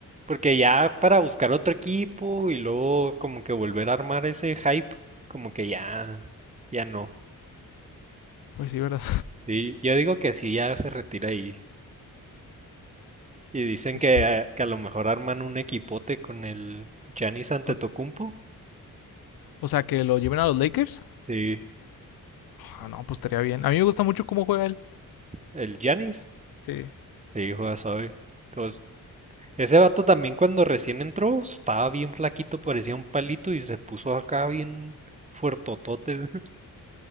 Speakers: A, on the right; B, on the left.
A: porque ya para buscar otro equipo y luego como que volver a armar ese hype, como que ya, ya no.
B: Pues sí, ¿verdad?
A: Sí, yo digo que sí, ya se retira ahí. Y dicen
B: <laughs> Pues,
A: que, que a lo mejor arman un equipote con el Giannis Antetokounmpo.
B: con- O sea, que lo lleven a los Lakers.
A: Sí,
B: Ah, no, pues estaría bien. A mí me gusta mucho cómo juega él.
A: el Giannis.
B: Sí.
A: Sí, juega suave. Entonces, ese vato también cuando recién entró estaba bien flaquito, parecía un palito y se puso acá bien fuertotote. <laughs>